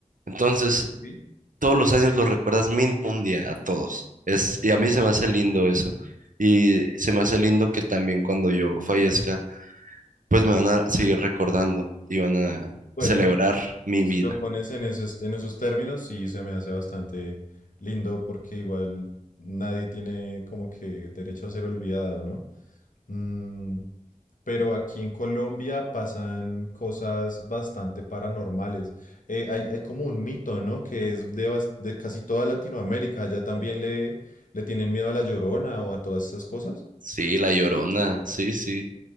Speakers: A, on the right (about 85°); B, on the left (about 80°).
A: Entonces,
B: Sí.
A: todos los años los recuerdas mínimo un día a todos. Es, y a mí se me hace lindo eso. Y se me hace lindo que también cuando yo fallezca, pues me van a seguir recordando y van a
B: Bueno,
A: celebrar mi
B: si
A: vida.
B: lo pones en esos, en esos términos, sí se me hace bastante lindo porque igual nadie tiene como que derecho a ser olvidado, ¿no? Mm, Pero aquí en Colombia pasan cosas bastante paranormales. Eh, hay, hay como un mito, ¿no? Que es de, bas- de casi toda Latinoamérica. Allá también le, le tienen miedo a la Llorona o a todas esas cosas.
A: Sí, La Llorona, sí, sí.